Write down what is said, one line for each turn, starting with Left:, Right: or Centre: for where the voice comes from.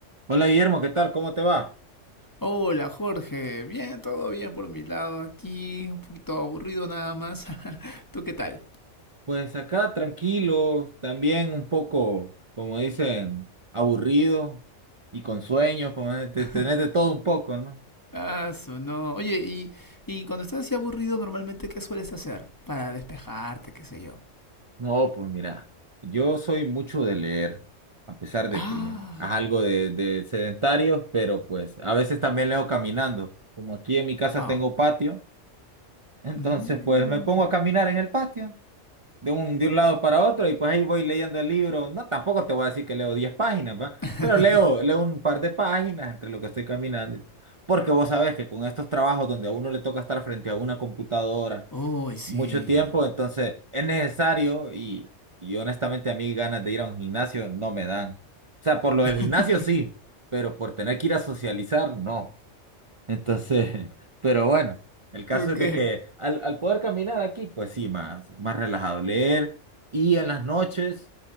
Right: Hola Guillermo, ¿qué tal? ¿Cómo te va?
Left: Hola Jorge, bien, todo bien por mi lado aquí, un poquito aburrido nada más. <laughs> ¿Tú qué tal?
Right: Pues acá tranquilo, también un poco, como dicen, aburrido y con sueños, como de- de
Left: <laughs>
Right: tener de todo un poco, ¿no?
Left: Ah, su no. Oye, y, y cuando estás así aburrido, normalmente, ¿qué sueles hacer para despejarte, qué sé yo?
Right: No, pues mira, yo soy mucho de leer, a pesar de
Left: Ah,
Right: que es algo de, de sedentario, pero pues a veces también leo caminando. Como aquí en mi casa
Left: wow.
Right: tengo patio, <laughs> entonces
Left: Mm.
Right: pues me pongo a caminar en el patio. de un, de un lado para otro y pues ahí voy leyendo el libro. No, tampoco te voy a decir que leo 10 páginas, ¿va?
Left: <laughs>
Right: Pero leo, leo un par de páginas entre lo que estoy caminando. y- Porque vos sabés que con estos trabajos donde a uno le toca estar frente a una computadora
Left: Uy, sí.
Right: mucho tiempo, entonces es necesario y, y honestamente a mí ganas de ir a un gimnasio no me dan. O sea, por lo del
Left: <laughs>
Right: gimnasio sí, pero por tener que ir a socializar, no. Entonces, <laughs> pero bueno, el caso
Left: Ok.
Right: es de que al, al poder caminar aquí, pues sí, más, más relajado leer. Y en las noches,